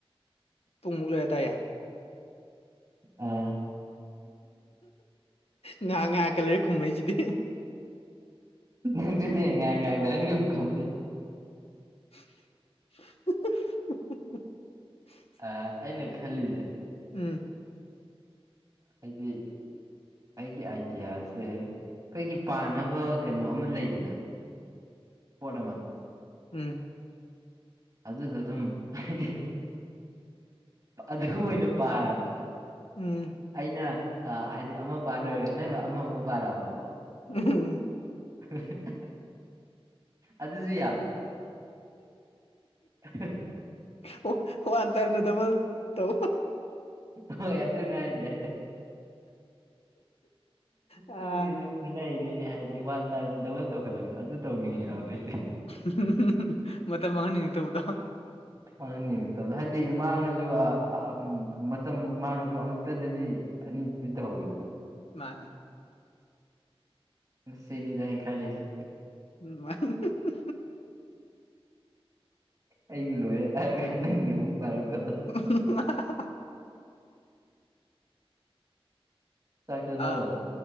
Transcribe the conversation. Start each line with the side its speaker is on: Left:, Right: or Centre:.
Left: ꯄꯨꯡ ꯃꯨꯛ ꯂꯩꯔ ꯇꯥꯏꯌꯦ
Right: ꯑꯝ
Left: ꯉꯥꯏꯍꯥꯛ ꯉꯥꯏꯍꯥꯛꯀ ꯂꯩꯔ ꯈꯨꯝꯃꯛꯢꯁꯤꯗꯤ
Right: ꯑꯗꯨꯅꯦ ꯉꯥꯢꯍꯥꯛ ꯂꯩꯔꯒꯅꯦ ꯈꯨꯝꯃꯛꯢꯁꯦ
Left: <unintelligible>
Right: ꯑꯥ ꯑꯩꯅ ꯈꯜꯂꯤꯁꯦ
Left: ꯎꯝ
Right: ꯍꯥꯏꯗꯤ ꯑꯩꯒꯤ ꯑꯥꯏꯗꯤꯌꯥꯁꯦ ꯑꯩꯈꯣꯏꯒꯤ ꯄꯥꯅꯕ ꯀꯩꯅꯣ ꯑꯃ ꯂꯩꯗꯅ ꯄꯣꯠ ꯑꯃ
Left: ꯎꯝ
Right: ꯑꯗꯨꯗ ꯑꯗꯨꯝ ꯍꯥꯏꯗꯤ ꯑꯗꯨ ꯑꯣꯏꯅ ꯄꯥꯔꯕ
Left: ꯎꯝ
Right: ꯑꯩꯅ ꯍꯥꯏꯗꯤ ꯑꯃ ꯄꯥꯂꯣꯏꯔꯒ ꯅꯪꯅ ꯑꯃꯃꯨꯛ ꯄꯥꯔꯛꯑꯕꯀꯣ
Left: ꯎꯝ
Right: <unintelligible> ꯑꯗꯨꯁꯨ ꯌꯥꯗ꯭ꯔꯣ <unintelligible>
Left: <unintelligible> ꯋꯥꯟ ꯇꯥꯏꯝꯗ ꯗꯕꯜ ꯇꯧ
Right: ꯍꯣꯏ ꯑꯗꯨꯅꯦ ꯍꯥꯏꯁꯦ
Left: ꯑꯥ
Right: ꯀꯣꯛꯁꯦꯁꯨ <unintelligible> ꯍꯥꯏꯕꯗꯤ ꯋꯥꯟ ꯇꯥꯏꯝꯗ ꯗꯕꯜ ꯇꯧꯈꯠꯂꯒ ꯑꯗꯨ ꯇꯧꯅꯤꯡꯉꯕ ꯑꯩꯁꯦ
Left: <unintelligible> ꯃꯇꯝ ꯃꯥꯡꯍꯟꯅꯤꯡꯉꯛꯇꯕꯗꯣ
Right: ꯃꯪꯍꯟꯅꯤꯡꯉꯛꯇꯕꯗꯣ ꯍꯥꯏꯗꯤ ꯃꯥꯡꯉꯁꯨ ꯑ ꯃꯇꯝ ꯃꯥꯡꯉꯁꯨ ꯑꯃꯨꯛꯇꯗꯗꯤ ꯑꯅꯤ ꯇꯗꯤ ꯇꯧꯍꯧꯋꯤꯗꯅ
Left: ꯃꯥꯅꯦ
Right: ꯆꯦꯅꯤꯗꯥ ꯑꯩ ꯈꯜꯂꯤꯁꯦ
Left: <unintelligible>
Right: ꯑꯩꯒꯤ ꯂꯣꯏꯔꯦ ꯍꯥꯏꯔꯒ ꯅꯪꯒꯤ ꯑꯃꯨꯛ ꯄꯥꯔꯛꯄꯗꯣ
Left: <unintelligible>
Right: ꯆꯥꯛ ꯆꯥꯅꯔꯕꯣ
Left: ꯑꯥ